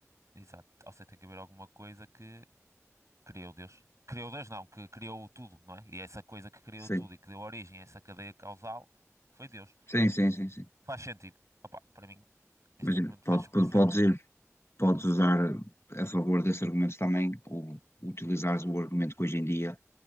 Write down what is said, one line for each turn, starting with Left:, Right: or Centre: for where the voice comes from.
Right: exato. Ou seja, tem que haver alguma coisa que criou Deus. Criou Deus, não, que criou tudo, não é? E essa coisa que criou
Left: Sim,
Right: tudo e que deu origem a essa cadeia causal foi Deus.
Left: sim, sim, sim, sim.
Right: Faz sentido. Opa, para mim,
Left: Imagina,
Right: este argumento
Left: pode,
Right: faz super
Left: pode- podes
Right: sentido.
Left: ir, podes usar a favor desse argumento também, ou utilizares o argumento que hoje em dia